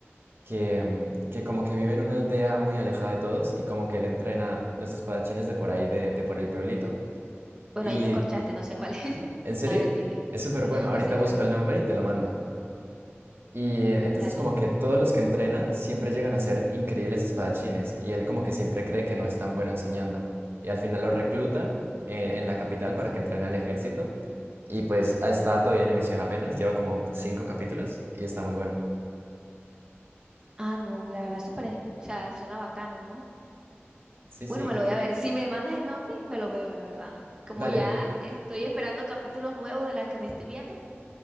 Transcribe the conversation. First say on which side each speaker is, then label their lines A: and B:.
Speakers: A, on the right; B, on the right.
A: que, mm, que como que vive en una aldea muy alejada de todos y como que él entrena los espadachines de por ahí, de, de por el pueblito.
B: Bueno,
A: Y,
B: ahí me corchaste, no sé cuál es. <laughs>
A: ¿en serio?
B: A ver, dime.
A: Es súper
B: No,
A: bueno. Ahorita
B: no sé cuál
A: busco
B: es.
A: el nombre y te lo mando. Y eh, entonces
B: Dale.
A: como que todos los que entrena siempre llegan a ser increíbles espadachines y él como que siempre cree que no es tan bueno enseñando. Y al final lo reclutan en, en la capital para que entrene al ejército. Y pues ah, está todavía en emisión apenas, lleva como cinco capítulos y está muy bueno.
B: Ah, no, la verdad, súper. es- O sea, suena bacano, ¿no?
A: Sí, sí.
B: Bueno, me lo voy a ver. Si me mandas el nombre, me lo veo, la verdad. Como
A: Dale,
B: ya estoy esperando capítulos nuevos de las que me estoy viendo,